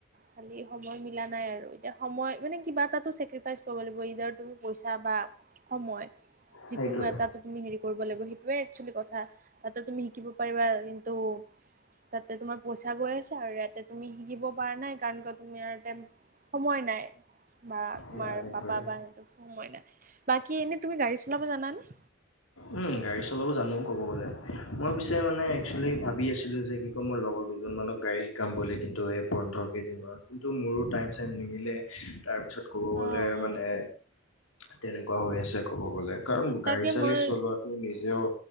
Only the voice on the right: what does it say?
খালি সময় মিলা নাই আৰু এতিয়া সময় মানে কিবা এটাতো চেক্ৰিফাইচ কৰিব লাগিব। পইচা বা সময়
যিকোনো এটাতো তুমি হেৰি কৰিব লাগিব। সেইটোৱে একচোৱেলি কথা। তাতোঁ তুমি শিকিব পাৰিবা। কিন্তু তাতে তোমাৰ পইচা গৈ আছে আৰু ইয়াতে তুমি শিকিব পৰা নাই। কাৰণ কিয় তুমি এইয়াৰ টাইম সময় নাই বা তোমাৰ
পাপা, বা সিহঁতৰ সময় নাই। বাকী এনেই তুমি গাড়ী চলাব জানা নে?
অ অ
তাকে
মই